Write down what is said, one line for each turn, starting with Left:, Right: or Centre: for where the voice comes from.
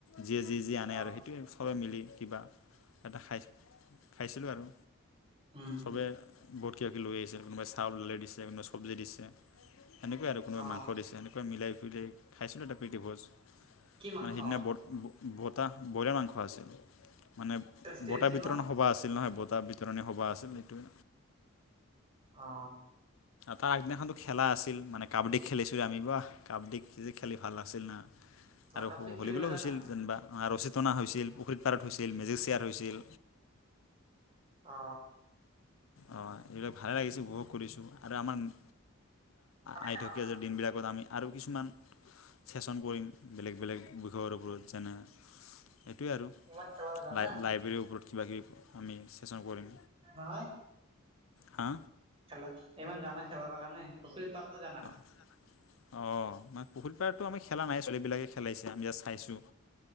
Left: যিয়ে যি যি আনে
Right: অ'।
Left: আৰু সেইটোৱে চবে মিলি কিবা সেতে খাই। খাইছিলোঁ আৰু
Right: উম,
Left: চবে বহুত কিবা কিবি লৈ আহিছে। কোনোবাই চাউল উলিয়াই দিছে, কোনোবাই চব্জি দিছে। সেনেকুৱাই আৰু কোনোবাই
Right: অ',
Left: মাংস দিছে এনেকুৱা মিলাই <unintelligible> খাইছিলোঁ এটা প্ৰীতিভোজ।
Right: কি মাংস
Left: মানে সিদিনা বত ব বতাহ ব্ৰইলা মাংস আছিল। মানে
Right: টেষ্টি
Left: বঁটা
Right: হৈছিল
Left: বিতৰণ
Right: ন?
Left: সভা আছিল নহয়। বঁটা বিতৰণী সভা আছিল, এইটোৱে।
Right: অ।
Left: তাৰ আগদিনাখনতো খেলা আছিল মানে কাবাডী খেলিছিলোঁৱে আমি বাঃ। কাবাডী খেলি ভাল লাগিছিল না
Right: তই
Left: আৰু
Right: কাবাডী খেলিব
Left: হলীবলো
Right: জানা?
Left: হৈছিল যিনবা। আ ৰচী টনা হৈছিল, পুখুৰীত পাৰত হৈছিল, মেজিক শ্বেয়াৰ হৈছিল।
Right: অ।
Left: অঁ এইবিলাক ভালে লাগিছে উপভোগ কৰিছোঁ। আৰু আমাৰ <unintelligible>
Right: ভালে
Left: আই
Right: খেলাব
Left: থকীয়া
Right: জানা
Left: আছে
Right: দেখোন
Left: দিনবিলাকত
Right: তই,
Left: আমি আৰু কিছুমান চেচন কৰিম বেলেগ বেলেগ বিষয়ৰ ওপৰত যেনে এইটোৱে আৰু
Right: ইমান খেলাব জানা
Left: লাই লাইব্ৰেৰীৰ ওপৰত কিবাকিবি আমি চেচন কৰিম।
Right: নহয়।
Left: হা।
Right: খেলা ইমান জানা খেলাবা কাণে? পুখুৰীত পাৰটো জানা।
Left: অঁহ। মানে পুখুৰীপাৰতো আমি খেলা নাই। চলিবিলাকে খেলাইছে, আমি জাস্ত চাইছো।